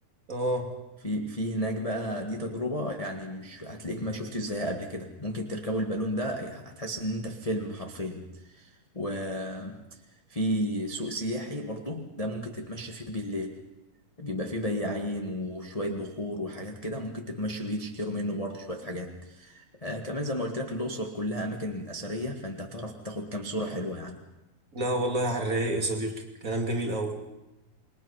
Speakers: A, on the right; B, on the left.
A: اه
B: في في هناك بقى دي تجربة يعني مش هتلاقيك ما شفتش زيها قبل كده ممكن تركبوا البالون ده هتحس ان انت في فيلم حرفيا وفي سوق سياحي برضو ده ممكن تتمشى فيه بالليل بيبقى فيه بياعين وشوية بخور وحاجات كده ممكن تتمشوا فيه تشتروا منه برضو شوية حاجات آه كمان زي ما قلت لك الأقصر كلها أماكن أثرية فأنت هتعرف تاخد كام صورة حلوة يعني
A: لا والله على الرايق يا صديقي كلام جميل قوي